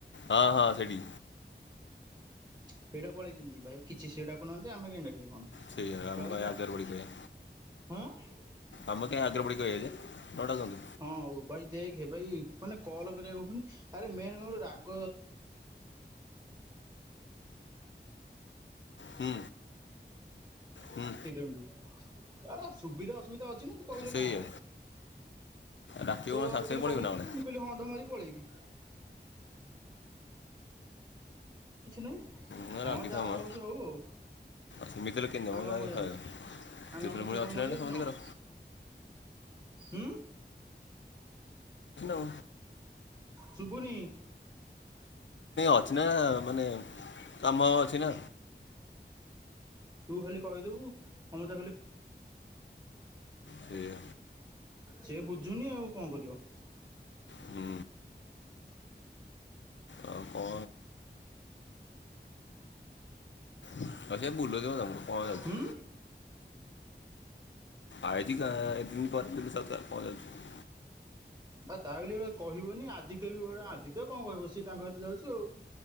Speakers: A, on the left; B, on the right.
A: ହଁ ହଁ ସେଇଠି
B: ସେଇଟା ପଳେଇଛନ୍ତି ଭାଇ କିଛି ସେ ଡାକୁୁନାହାନ୍ତି ଆମେ କାଇଁ ଡାକିବୁ? କିଏ କଣ
A: ସେଇଆ ଆମ
B: ରହିଥା।
A: କାଇଁ ଆଗରେ ପଡିକି କହିବା।
B: ଆଁ।
A: ଆମେ କାଇଁ ଆଗରେ ପଡିକି କହିବା ନ ଡାକନ୍ତୁ
B: ହଁ ଭାଇ ଦେ ଦେଖେ ଭାଇ ମାନେ କଲ କରିବାକୁ କହୁନି ଆରେ ମେନ କଣ ରାଗ
A: ହୁଁ ହୁଁ
B: ମେନ <inaudible> ଆରେ ସୁବିଧା ଅସୁବିଧା ଅଛି ନା ତୁ କହିଲେ
A: ସେଇଆ।
B: କଣ ହବ?
A: ଡାକିବ
B: ତ
A: କଣ ସାଙ୍ଗେ
B: ଖାଲି
A: ସାଙ୍ଗେ ପଳେଇବ
B: କହିଥିବୁ
A: ନା କଣ?
B: ମୁଁ ଖାଲି ହ ଟା ମାରିକି ପଳେଇବି। <inaudible>
A: ହଁ ରାଗି
B: ଯାହା
A: ଥାଉ ମୋ
B: ହଉଛି ହଉ ଆଉ
A: ସେମିତି ହେଲେ କେମିତି ହବ
B: ଆମର
A: ଯାଏ
B: କଣ ଯାଉଛି
A: ଖାଏ ସିଚୁସନ
B: ଆଉ ନ ମିଶିଲେ
A: ପୁଣି
B: କଣ
A: ଅଛି
B: ମରିଯାଉଛି
A: ନା ନାହିଁ ସମସ୍ତିଙ୍କର।
B: କଣ ହୁଁ
A: <inaudible>
B: ଶୁବୁନି। <inaudible>
A: ଅଛି ନା ମାନେ କାମ ଅଛି ନା
B: ତୁ ଖାଲି କହିଦବୁ <inaudible>
A: ସେଇଆ
B: ସେ ବୁଝୁନି ଆଉ କଣ କରିବ <inaudible>
A: ହୁଁ ଆଉ କଣ ଅ ସେ ବୁଲନ୍ତୁ ମ ତମର କଣ ଯାଉଛି?
B: ହୁଁ
A: ଆଇଚି କା ଏତେଦିନ ପରେ ବୁଲୁଥାଉ ତାର କଣ ଯାଉଛି?
B: ଆ ତାହଲେ କହିବନି ଆଦିତ୍ୟ ବିଳିଆ ଆଦିତ୍ୟ କଣ କହିବ ସିଏ ତାଙ୍କ ସହିତ ଯାଉଛି ଆଉ